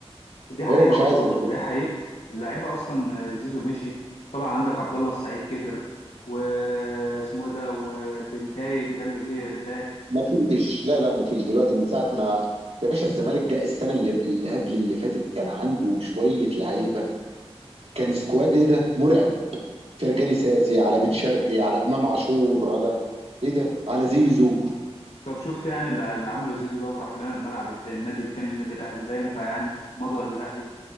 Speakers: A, on the left (about 85°); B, on the right (about 65°).
A: دي حقيقه
B: هو مش
A: والله
B: عايز غير كده
A: دي حقيقه اللعيبه اصلا زيزو مشي طبعا عندك عبد الله السعيد كبر واسمه ايه ده وبنتايج ده اللي جه الباك
B: مفيش لا لا مفيش دلوقتي من ساعه ما يا باشا الزمالك جاء السنه اللي, اللي قبل اللي فاتت كان عنده شويه لعيبه كان سكواد ايه ده مرعب فرجاني ساسي على بن شرقي على امام عاشور على ايه ده على زيزو
A: طب شفت يعني اللي اللي عمله زيزو ده وراح لنا الملعب الت- النادي التاني النادي الاهلي ده ينفع يعني مضى للاهلي